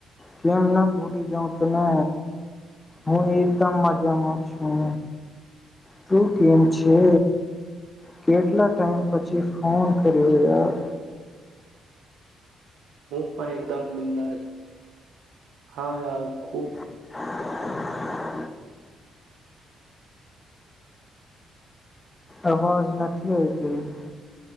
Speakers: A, on the left; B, on the right.
A: કેમ ના ભૂલી જાઉં તોને હું એકદમ મજામાં છું તું કેમ છે, કેટલા ટાઈમ પછી ફોન કર્યો યાર
B: હું પણ એકદમ બિંદ હા યાર થ
A: <inaudible> આવાજ નથી આવીઈ તેઈ